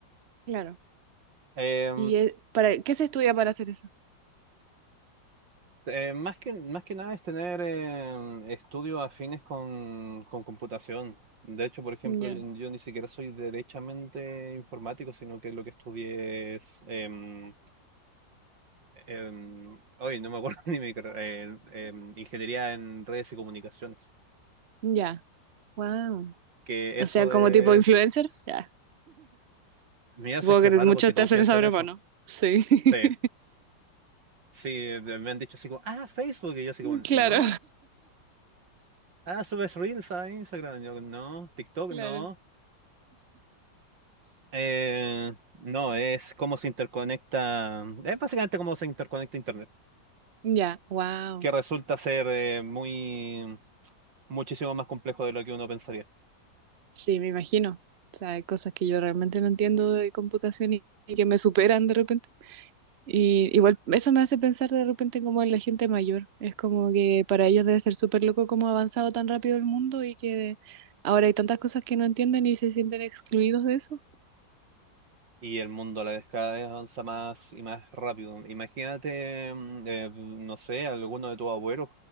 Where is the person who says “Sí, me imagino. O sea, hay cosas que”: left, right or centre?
Right